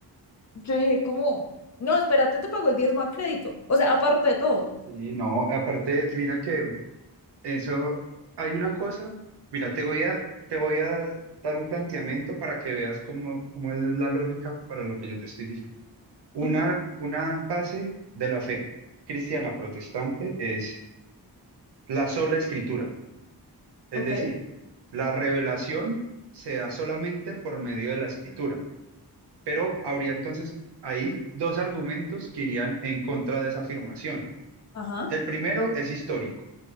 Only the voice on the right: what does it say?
sí, no, aparte, mira que eso, hay una cosa, mira, te voy a, te voy a dar un planteamiento para que veas cómo, cómo es la lógica para lo que yo te estoy diciendo. Una,
una base de la fe cristiana protestante es la sola escritura. Es
decir, la revelación se da solamente por medio de la escritura. Pero habría entonces ahí dos argumentos que irían en contra de esa afirmación.
El primero es histórico,